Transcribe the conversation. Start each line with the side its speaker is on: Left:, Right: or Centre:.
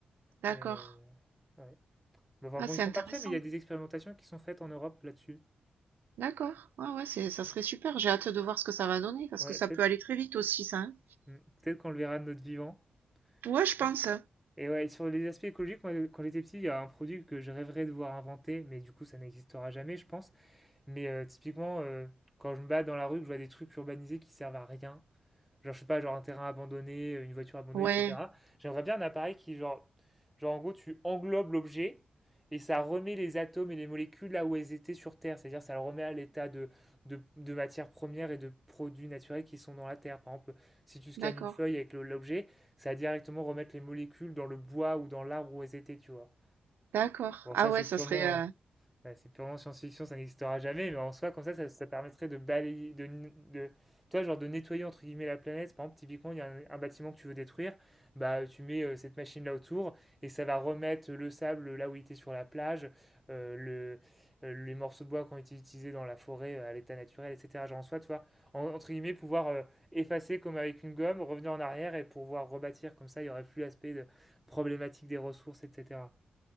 Right: d'accord.
Centre: et euh, ouais. Mais Enfin
Right: Ah,
Centre: bon,
Right: c'est
Centre: ils sont
Right: intéressant.
Centre: pas prêts, mais il y a des expérimentations qui sont faites en Europe là-dessus.
Right: D'accord. Ah ouais, c'est, ça
Centre: Bon.
Right: serait super. J'ai hâte de voir ce que ça va donner, parce
Centre: Ouais,
Right: que ça
Centre: peut-être
Right: peut aller très vite aussi, ça. hein.
Centre: mm, peut-être qu'on le verra de notre vivant.
Right: Ouais, je pense.
Centre: Mm. Et ouais, sur les aspects écologiques, moi, quand j'étais petit, il y a un produit que je rêverais de voir inventer, mais du coup, ça n'existera jamais, je pense. Mais euh, typiquement, euh, quand je me bats dans la rue, que je vois des trucs urbanisés qui servent à rien, Genre, je sais pas, genre un terrain abandonné, euh, une voiture abandonnée,
Right: Ouais,
Centre: etc. J'aimerais bien un appareil qui, genre, genre en gros, tu englobes l'objet et ça remet les atomes et les molécules là où elles étaient sur Terre. C'est-à-dire, ça le remet à l'état de, de, de matières premières et de produits naturels qui sont dans la Terre. Par exemple, si tu scannes
Right: d'accord.
Centre: une feuille avec le- l'objet, ça va directement remettre les molécules dans le bois ou dans l'arbre où elles étaient, tu vois.
Right: D'accord.
Centre: Bon,
Right: Ah
Centre: ça, c'est
Right: ouais, ça
Centre: purement,
Right: serait, euh,
Centre: euh, Ouais, c'est purement science-fiction, ça n'existera jamais, mais en soi, comme ça, ça, ça permettrait de balayer, de, n- de, toi, genre de nettoyer entre guillemets la planète. Par exemple, typiquement, il y a un, un bâtiment que tu veux détruire, bah tu mets euh, cette machine-là autour et ça va remettre le sable là où il était sur la plage, euh, le, euh, les morceaux de bois qui ont été utilisés dans la forêt euh, à l'état naturel, etc. Genre en soi, toi, en- entre guillemets, pouvoir euh, effacer comme avec une gomme, revenir en arrière et pouvoir rebâtir comme ça, il y aurait plus l'aspect de problématique des ressources, etc.